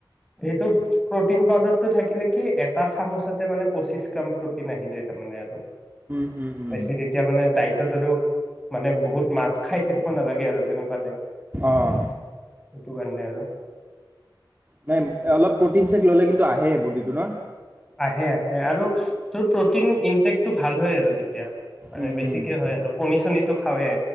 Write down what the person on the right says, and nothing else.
উম উম উম
অঁ
নাই। এ, অলপ প্ৰ'টিন চেক ল'লে কিন্তু আহে বডিটো ন?
উম
উম